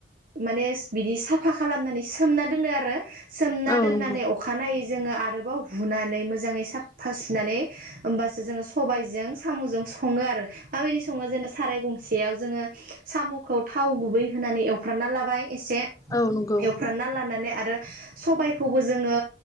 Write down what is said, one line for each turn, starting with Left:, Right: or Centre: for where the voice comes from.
Right: माने बिदि साफा खालामनानै सोमना दोनो आरो सोमना
Left: औ
Right: दोननानै
Left: नंगौ
Right: अखानायै जोङो आरो माबा हुनानै मोजाङै साफा सुनानै होमबासो जोङो सबायजों सामजों सङो आरो माबायदि सङो जेनेबा साराय गंसेयाव जोङो सामखौ थाव गुबै होनानै एवफ्रामना लाबाय एसे
Left: औ नंगौ
Right: एवफ्रानना लानानै आरो सबायखौबो जोङो